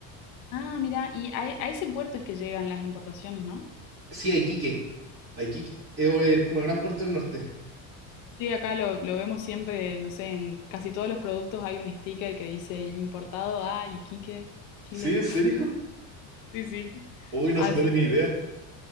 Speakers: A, on the left; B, on the right.
A: ah, mira. Y a, e- a ese puerto es que llegan las importaciones, ¿no?
B: Sí, a Iquique. A Iquique. Es eh, como el gran puerto del norte.
A: Sí, acá lo, lo vemos siempre, no sé, en casi todos los productos hay un sticker que dice importado a Iquique, Chile.
B: ¿Sí? ¿En serio?
A: Sí, sí.
B: Uy, no,
A: Así
B: no tenía
A: que,
B: idea.